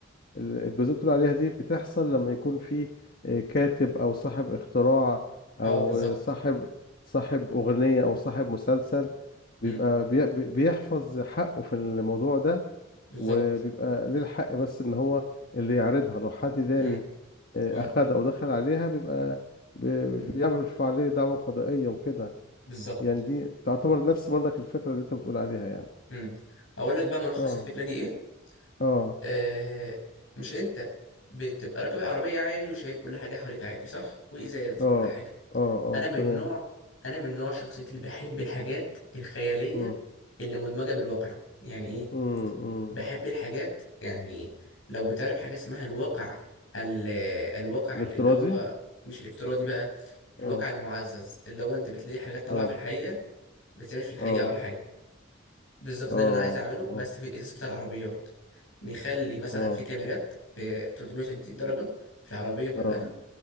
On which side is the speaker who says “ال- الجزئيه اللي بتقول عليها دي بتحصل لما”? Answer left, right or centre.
Left